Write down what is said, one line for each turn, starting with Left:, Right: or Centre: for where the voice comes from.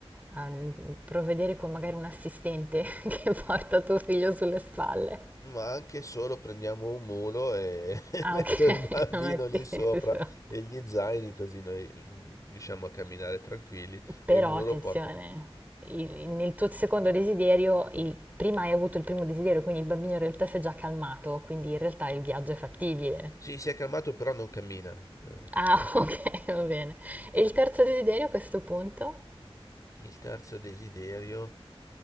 Right: a- mh, provvedere con magari un assistente <laughs> che porta tuo figlio sulle spalle.
Left: Ma anche solo prendiamo un mulo e <laughs>
Right: Ah,
Left: metto
Right: ok, <laughs>
Left: il bambino
Right: non è
Left: lì sopra
Right: teso.
Left: e gli zaini così noi riusciamo a camminare tranquilli
Right: Però
Left: e il muro
Right: attenzione,
Left: porta.
Right: il- nel tuo secondo desiderio, il- prima hai avuto il primo desiderio, quindi il bambino in realtà si è già calmato, quindi in realtà il viaggio è fattibile.
Left: Sì, si è calmato però non cammina. Eh,
Right: Ah, <laughs>
Left: <laughs>
Right: ok, va bene. E il terzo desiderio a questo punto?
Left: Il terzo desiderio